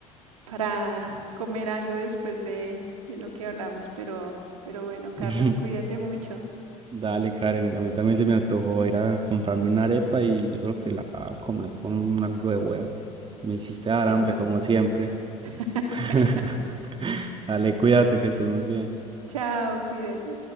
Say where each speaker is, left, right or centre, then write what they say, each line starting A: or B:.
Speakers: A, on the right; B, on the right.
A: para <laughs> comer algo después de, de lo que hablamos, pero, pero bueno, Carlos,
B: <laughs>
A: cuídate mucho.
B: Dale, Karen, a mí también se me antojó ir a comprarme una arepa y yo creo que la voy a comer con algo de huevo. Me hiciste dar
A: Eso.
B: hambre como siempre.
A: <laughs>
B: <laughs>
A: Bueno,
B: Dale, cuídate, que estés muy bien.
A: chao, cuídate.